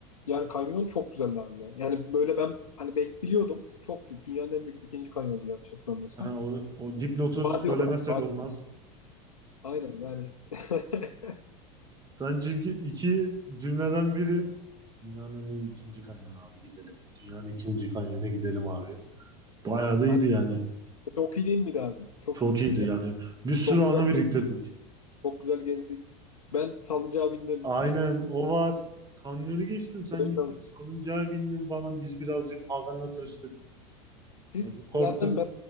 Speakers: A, on the left; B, on the right.
A: yani kanyon çok güzeldi abi ya. Yani böyle ben hani bek biliyordum. Çok büyük. Dünyanın en büyük ikinci kanyondu yanlış hatırlamıyorsam.
B: yani o, o dipnotu
A: Vadi
B: söylemezsek
A: olarak. vadi.
B: olmaz.
A: Aynen yani. <laughs>
B: Sen çünkü iki cümleden biri dünyanın en iyi ikinci kanyonu abi gidelim. Dünyanın ikinci kanyonu gidelim abi. Bayağı da iyiydi
A: Aynen.
B: yani.
A: Çok iyi değil miydi abi? Çok
B: Çok
A: iyiydi.
B: iyiydi
A: Yani
B: yani. Bir sürü
A: çok
B: anı
A: güzel.
B: biriktirdik.
A: Çok güzel gezdik. Ben salıncağa bindim.
B: Aynen o var. Kanyonu geçtim. Sen
A: <laughs>
B: gittin salıncağa bindin falan. Biz birazcık Hakan'la tırıştık.
A: Siz
B: Böyle korktuk.
A: zaten ben